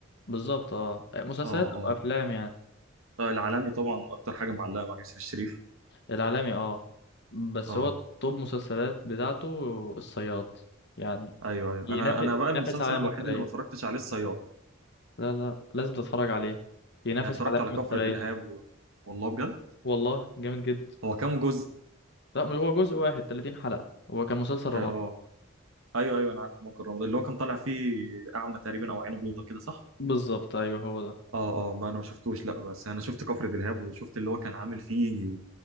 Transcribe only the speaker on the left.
بالظبط اه مسلسلات
او
افلام يعني
العالمي اه بس
هو توب مسلسلات بتاعته الصياد يعني
ينافس
ينافس
عليها
مثلية
لا لا لازم تتفرج عليه ينافس
على عالم
التريح
والله جامد جدا
لا مش هو جزء واحد 30 حلقة هو كان مسلسل
رمضان
بالظبط ايوه هو ده